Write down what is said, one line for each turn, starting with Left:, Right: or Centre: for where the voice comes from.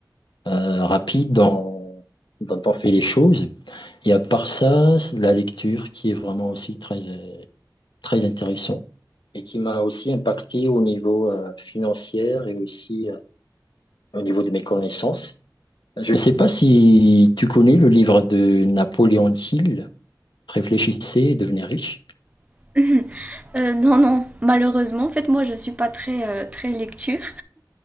Left: euh, rapide dans, dans on fait les choses. Et à part ça, c'est de la lecture qui est vraiment aussi très, euh, très intéressant et qui m'a aussi impacté au niveau euh, financier et aussi euh, au niveau de mes connaissances. Je ne sais pas si tu connais le livre de Napoléon Hill, Réfléchissez et devenez riche.
Right: <clears throat> <laughs> euh, Non, non, malheureusement, en fait, moi, je suis pas très, euh, très lecture.